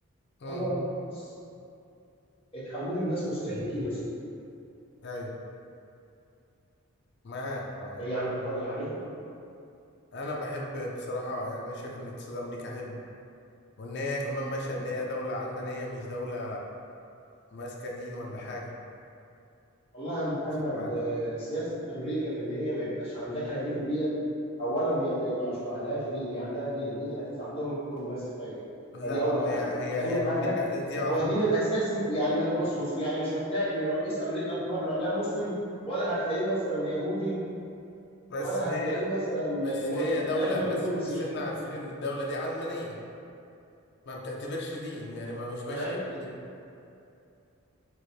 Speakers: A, on the left; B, on the left.
A: امم
B: انا بس اتحولوا لناس مستهلكين يا اسطى
A: ايوه معاك معاك
B: انت ايه عندك راي عليهم؟
A: انا بحب بصراحة يعني انا شايف ان اقتصاد امريكا حلو وان هي كمان ماشية
B: لا
A: ان
B: يا
A: هي
B: راجل
A: دولة
B: تعالى.
A: علمانية مش دولة ماسكة دين ولا حاجة
B: والله يا عم محمد
A: بعد
B: آه، سياسه امريكا في ان هي ما يبقاش عندها دين ديت اولا هي ما ما- مش ما عندهاش دين هي عندها دين الدين الاساسي عندهم هو المسيحيه
A: لا
B: فدي اول حاجه
A: هي هي
B: تاني
A: هي
B: حاجه
A: امريكا دي واحده
B: هو الدين
A: يعني.
B: الاساسي يعني ما- بص بص يعني مش هتلاقي رئيس امريكا في مره لا مسلم ولا هتلاقيه مثلا يهودي
A: بس
B: ولا
A: هي
B: هتلاقيه مثلا
A: بس
B: ملحد
A: هي دوله
B: لازم أن
A: بس
B: يكون مسيحي
A: بس احنا عارفين ان الدوله دي علمانيه ما بتعتبرش دين يعني ما مش
B: تمام
A: ماشيه بدين